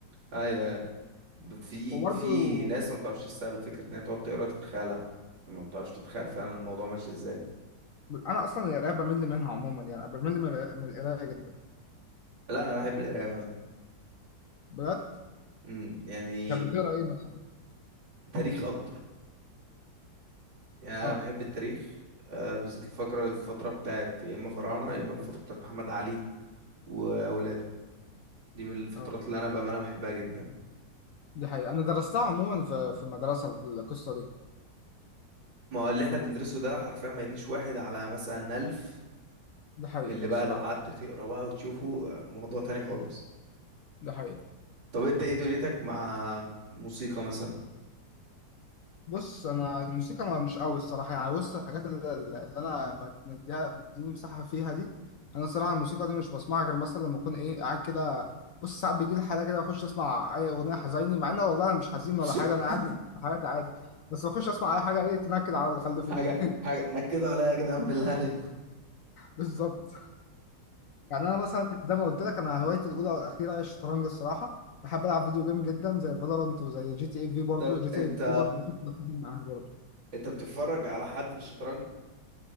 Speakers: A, on the right (about 80°); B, on the left (about 65°).
A: ايوه ب- في
B: وبرضو
A: في ناس ما بتعرفش تستقبل فكرة ان هي تقعد تقرا تتخيلها ما بتعرفش تتخيل فعلا الموضوع ماشي ازاي
B: انا اصلا القرايه بمل منها عموما يعني بمل من القرايه من القراية جدا
A: لا انا بحب القراية بقى
B: بجد
A: امم يعني
B: طب بتقرا ايه مثلا
A: تاريخ اكتر يعني أنا
B: اه
A: بحب التاريخ آه، بالذات الفقرة الفترة بتاعت يا إما فراعنة يا إما الفترة بتاعت محمد علي وأولاده دي من الفترات
B: اه
A: اللي أنا بأمانة بحبها جدا
B: دي حقيقه انا درستها عموما في في المدرسه القصه دي
A: ما هو اللي إحنا بندرسه ده حرفيا ما يجيش واحد على مثلا ألف
B: دي حقيقه
A: من اللي بقى
B: الصراحه
A: لو قعدت تقرا بقى وتشوفه آه، موضوع تاني خالص
B: دي حقيقه
A: طب أنت إيه دنيتك مع موسيقى مثلا
B: بص انا الموسيقى ما- مش قوي الصراحه يعني بص الحاجات اللي, اللي انا مد- مديها مديني مساحه فيها دي انا الصراحه الموسيقى دي مش بسمعها غير مثلا لما اكون ايه قاعد كده بص ساعات بيجي لي حاله كده اخش اسمع اي اغنيه حزيني مع ان والله انا مش حزين
A: <laughs>
B: ولا حاجه انا قاعد في حياتي عادي بس بخش اسمع اي حاجه ايه تنكد على اللي خلفوني
A: حاجة
B: <laughs>
A: حاجة نكدوا عليا يا جدعان <laughs> بالله عليك
B: بالظبط يعني انا مثلا زي ما قلت لك انا هوايتي الاولى والاخيره هي الشطرنج الصراحه بحب العب فيديو جيم جدا زي فالورانت وزي جي تي اي في برضه
A: طب
B: جي تي
A: أنت
B: اي في برضه بخش بخش معاها برضه
A: أنت بتتفرج على حد في الشطرنج